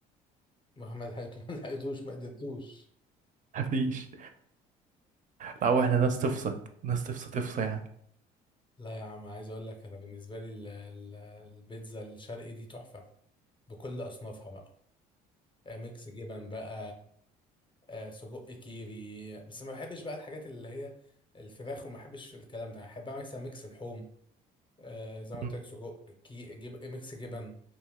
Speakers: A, on the left; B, on the right.
A: ما ما لحقتوش <laughs> ما لحقتوش ما قدرتوش
B: <laughs> مفيش لا واحنا ناس تفصل ناس تفصل تفصل يعني
A: لا يا عم عايز اقول لك انا بالنسبة لي ال- ال- البيتزا الشرقي دي تحفة بكل اصنافها بقى آه، ميكس جبن بقى آه، سجق كيري بس ما بحبش بقى الحاجات اللي هي الفراخ وما بحبش الكلام ده بحب اعمل مثلا ميكس اللحوم آه، زي ما
B: م-
A: قلت لك سجق كي جيب ميكس جبن